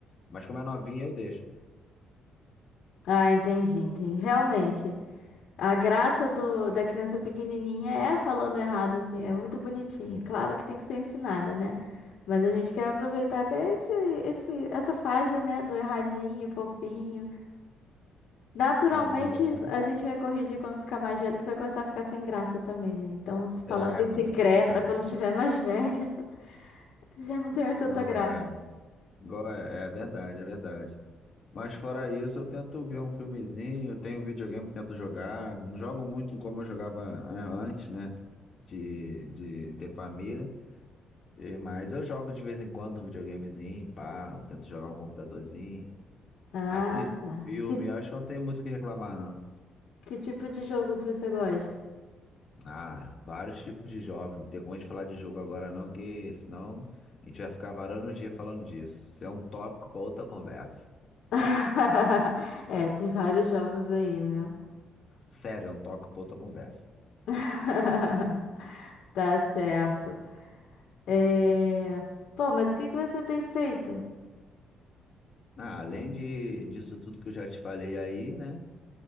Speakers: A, on the left; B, on the left.
A: Mas como é novinha, eu deixo.
B: Ah, entendi, entendi. Realmente, a graça do, da criança pequenininha é falando errado, assim, é muito bonitinho. Claro que tem que ser ensinada, né? Mas a gente quer aproveitar até esse, esse, essa fase, né? Do erradinho, fofinho. Naturalmente,
A: Ah, mas é.
B: a gente vai corrigir quando ficar mais velho, que vai começar a ficar sem graça também, né? Então, se falar
A: É,
B: bicicleta
A: começa a ficar.
B: quando tiver mais velho, <laughs> já não tem mais tanta
A: Não,
B: graça.
A: é. Igual é, é verdade, é verdade. Mas fora isso, eu tento ver um filmezinho, tenho videogame, eu tento jogar. Não jogo muito como eu jogava an- antes, né? De, de ter família. E- Mas eu jogo de vez em quando um videogamezinho, pá, eu tento jogar um computadorzinho.
B: Ah,
A: Assisto
B: tá.
A: filme,
B: Que,
A: acho que não tem muito o que reclamar, não.
B: que tipo de jogo que você gosta?
A: Ah, vários tipos de jovem. Não tem como a gente falar de jogo agora, não, que senão a gente vai ficar varando o dia falando disso. Isso é um tópico para outra conversa.
B: <laughs> É, tem vários jogos aí, né?
A: Sério, é um tópico para outra conversa.
B: <laughs> Tá certo. É... Pô, mas o que que você tem feito?
A: Ah, além de, disso tudo que eu já te falei aí, né?